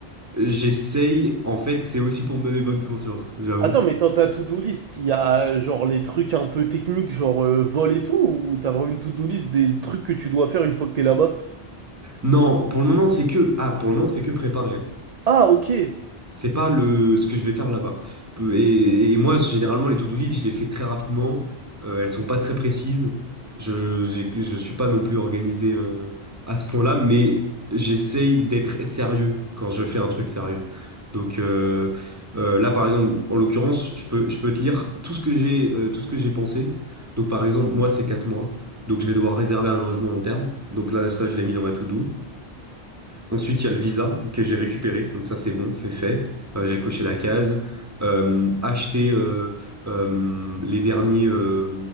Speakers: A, on the right; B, on the right.
A: J'essaye, en fait, c'est aussi pour me donner bonne conscience, j'avoue.
B: Attends, mais dans ta to-do list, il y a genre les trucs un peu techniques, genre euh, vol et tout, ou t'as vraiment une to-do list des trucs que tu dois faire une fois que t'es là-bas?
A: Non, pour le moment, c'est que ah, pour le moment, c'est que préparer. hein.
B: Ah, ok.
A: C'est pas le ce que je vais faire là-bas. Peu- Et, et moi, généralement, les to-do list, je les fais très rapidement. Euh, elles sont pas très précises. Je j'ai- je suis pas non plus organisé euh, à ce point-là, mais j'essaye d'être sérieux quand je fais un truc sérieux. Donc euh, euh, là, par exemple, en l'occurrence, je peux je peux te lire tout ce que j'ai euh, tout ce que j'ai pensé. Donc par exemple, moi, c'est 4 mois. Donc je vais devoir réserver un logement long terme. Donc là, ça, je l'ai mis dans ma to-do. Ensuite, il y a le visa que j'ai récupéré. Donc ça, c'est bon, c'est fait. Euh, j'ai coché la case. Euh, acheter euh, euh, les derniers, euh,